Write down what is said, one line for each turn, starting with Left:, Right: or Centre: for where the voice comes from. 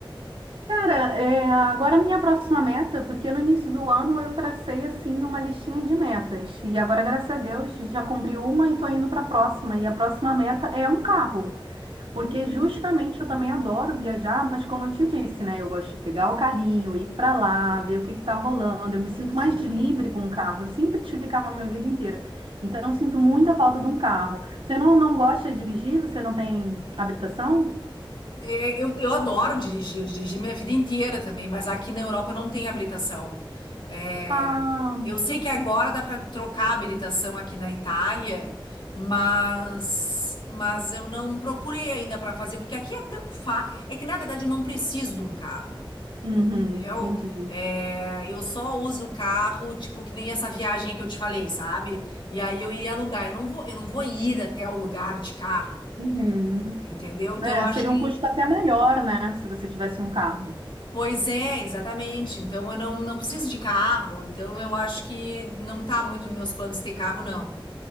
Right: Cara, é, agora minha próxima meta, porque no início do ano eu tracei assim uma listinha de metas e agora, graças a Deus, já cumpri uma e tô indo para a próxima. E a próxima meta é um carro. Porque
Left: Hum,
Right: justamente eu também adoro viajar, mas como eu te disse, né? Eu gosto de pegar o carrinho, ir para lá, ver o que que tá rolando. Eu me sinto
Left: Sim.
Right: mais livre com o carro. Eu sempre tive carro a minha vida inteira. Então eu sinto muita falta de um carro. Você não, não gosta de dirigir? Você não tem habilitação?
Left: É, Eu, eu adoro dirigir, eu dirigi minha vida inteira também, mas aqui na Europa não tem habilitação. É,
Right: Ah,
Left: eu sei que agora dá para trocar a habilitação aqui na Itália, mas, mas eu não procurei ainda para fazer, porque aqui é tão fácil. É que na verdade eu não preciso de um carro,
Right: uhum,
Left: entendeu?
Right: entendi.
Left: É, eu só uso carro, tipo, que nem essa viagem que eu te falei, sabe? E aí eu iria alugar. Eu não vou, eu não vou ir até o lugar de carro,
Right: Uhum.
Left: entendeu? Então
Right: É,
Left: eu acho
Right: seria
Left: que.
Right: um custo até maior, né? Se você tivesse um carro.
Left: Pois é, exatamente. Então eu não, não preciso de carro, então eu acho que não tá muito nos meus planos ter carro, não.